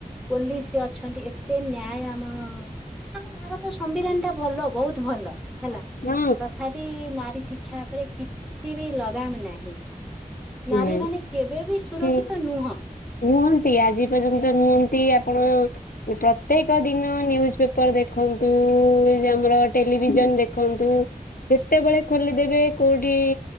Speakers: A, in the centre; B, on the left.
A: ପୋଲିସି ଅଛନ୍ତି ଏତେ ନ୍ୟାୟ ଆମ ଆମ ଭାରତ ସମ୍ବିଧାନର ଭଲ ବହୁତ ଭଲ ହେଲା
B: ହଁ
A: ତଥାପି ନା ଶିକ୍ଷା ଉପରେ କିଛି ବି ଲଗାମ ନାହିଁ।
B: ହଁ
A: ନାରୀମାନେ କେବେ ବିି ସୁରକ୍ଷିତ
B: ହୁଁ
A: ନୁହଁ।
B: ନୁହନ୍ତି ଆଜି ପର୍ଯ୍ୟନ୍ତ ନୁହନ୍ତି ଆପଣ ପ୍ରତ୍ୟେକ ଦିନ ନିଉଜ ପେପର ଦେଖନ୍ତୁ? ଆମର ଟେଲିଭିଜନ ଦେଖନ୍ତୁ। ଯେତେବେଳେ ଖୋଲିଦେବେ କୋଉଠି